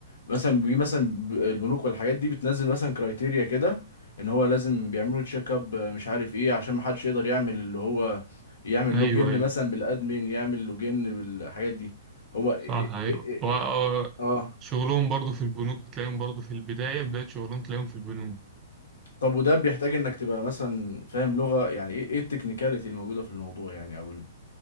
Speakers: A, on the left; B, on the right.
A: مثلا بي مثلا ب- البنوك والحاجات دي بتنزل مثلا كرايتيريا كده ان هو لازم بيعملوا تشيك اب مش عارف ايه عشان ما حدش يقدر يعمل اللي هو يعمل
B: ايوه
A: لوجن
B: ايوه
A: مثلا بالادمين يعمل لوجن بالحاجات دي هو إيه- إيه-
B: صح حقيقة
A: إيه- إيه- إيه،
B: و- و-
A: اه
B: شغلهم برضو في البنوك تلاقيهم برضو في البداية بداية شغلهم تلاقيهم في البنوك
A: طب وده بيحتاج انك تبقى مثلا فاهم لغة يعني ايه ايه التكنيكاليتي الموجودة في الموضوع يعني او